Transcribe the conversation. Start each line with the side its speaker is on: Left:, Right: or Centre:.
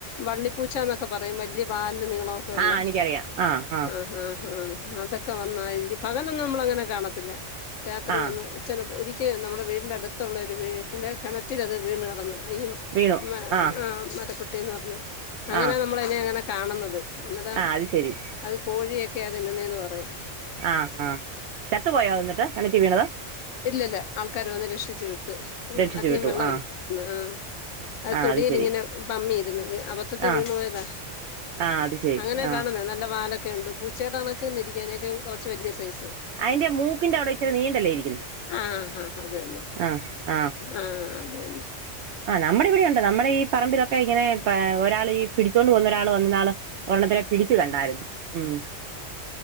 Left: വള്ളിപ്പൂച്ച എന്നൊക്കെ പറയും വലിയ വാല്ല് നീളോ. ഓകെ യുള്ളെ
Right: ആഹ് എനിക്കറിയാം ആഹ് ആഹ്
Left: ആഹ ആഹ ആഹ അതൊക്ക. ഒക്കെ വന്നായിരിക്കും പകലെന്നും നമ്മള് അങ്ങനെ കാണത്തില്ല രാത്രി
Right: ആഹ്
Left: വന്ന്. ചിലപ്പോ ഒരിക്കെ നമ്മുടെ വീടിന്റെ അടുത്തുള്ള ഒരു വീട്ടിലെ കിണറ്റിലത് വീണ് കിടന്ന് അയ..
Right: വീണു
Left: മ
Right: ആഹ്
Left: ആഹ മരപ്പട്ടിന്ന് പറഞ്ഞ അങ്ങനാ
Right: ആഹ്
Left: നമ്മളതിനെ അങ്ങനെ കാണുന്നത്. ന്നട്ടെ
Right: ആഹ് അത് ശരി
Left: അത് കോഴിയൊക്കെയ തിന്നുന്നേന്ന് പറയും.
Right: ആഹ് ആഹ് ചത്ത് പോയോ എന്നിട്ട്ത് കിണറ്റി വീണത്.
Left: ഇല്ലല്ല ആൾക്കാര് വന്ന് രക്ഷിച്ചു വിട്ട്
Right: രക്ഷിച്ചു
Left: അധികം
Right: വിട്ടു
Left: വെള്ളംല്ല
Right: ആഹ്
Left: ന്ന് ആഹ്‌.. അത്
Right: ആഹ്
Left: തൊടിയിലിങ്ങനെ
Right: ശരി
Left: പമ്മിയിരുന്ന് അവ.. ദ്ധത്തി
Right: ആഹ്
Left: വീണു പോയതാ.
Right: ആഹ് അത് ശരി
Left: അങ്ങനെ
Right: ആഹ്
Left: കാണുന്നെ. നല്ല വാലൊക്കെ ഉണ്ട്.. പൂച്ചടെ കണക്കന്നെ ഇരിക്കഅയ്നെക്കാളും കൊർച്ച് വല്യ സൈസ്..
Right: അയ്ന്റെ മൂക്കിന്റവിടെ ഇച്ചിരി നീണ്ടല്ലേ ഇരിക്കുന്നെ..
Left: ആഹ്‌ ഹാഹ അത് തന്നെ..
Right: ആഹ്‌ ആഹ്‌.
Left: ആഹ്‌ അത് തന്നെ..
Right: ആഹ്‌ നമ്മുടെ ഇവിടെയുണ്ട് നമ്മുടെ ഈ പറമ്പിലൊക്കെ ഇങ്ങനെ പ്പാ ഒരാളീ.. പിടിച്ചോണ്ട് പോന്ന ഒരാൾ വന്ന്ന്നാള് ഒരെണ്ണത്തിനെ പിടിച്ചു കണ്ടായിരുന്നു ഉം..